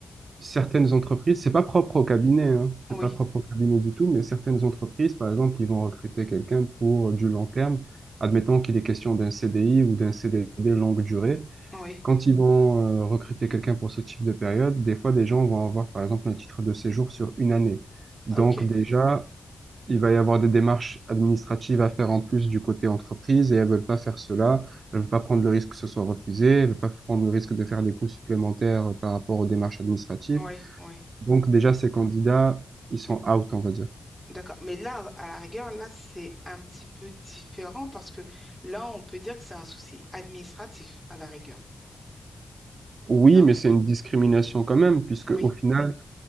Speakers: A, on the right; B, in the centre.
A: certaines entreprises, c'est pas propre au cabinet, hein, c'est
B: Oui,
A: pas propre au cabinet du tout, mais certaines entreprises, par exemple, ils vont recruter quelqu'un pour du long terme. Admettons qu'il est question d'un CDI ou d'un CDD longue durée.
B: oui.
A: Quand ils vont euh, recruter quelqu'un pour ce type de période, des fois, des gens vont avoir, par exemple, un titre de séjour sur une année. Donc,
B: Ok,
A: déjà, il va y avoir des démarches administratives à faire en plus du côté entreprise et elles veulent pas faire cela. Elles veulent pas prendre le risque que ce soit refusé. Elles veulent pas prendre le risque de faire des coûts supplémentaires euh, par rapport aux démarches administratives.
B: oui, oui.
A: Donc déjà, ces candidats, ils sont out, on va dire.
B: D'accord. Mais là, à la rigueur, là, c'est un petit peu différent parce que là, on peut dire que c'est un souci administratif, à la rigueur.
A: Oui,
B: Non?
A: mais c'est une discrimination quand même, puisque
B: Oui,
A: au final,